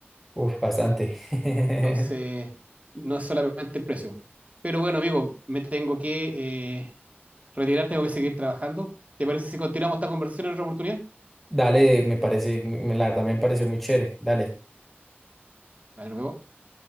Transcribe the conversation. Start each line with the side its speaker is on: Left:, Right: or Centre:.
Centre: uf, bastante. <laughs>
Right: Entonces, no es solamente el precio. Pero bueno, amigo, me tengo que eh, retirar, tengo que seguir trabajando. ¿Te parece si continuamos esta conversación en otra oportunidad?
Centre: Dale, me parece, me- la verdad me pareció muy chévere. Dale.
Right: Vale, nos vemos.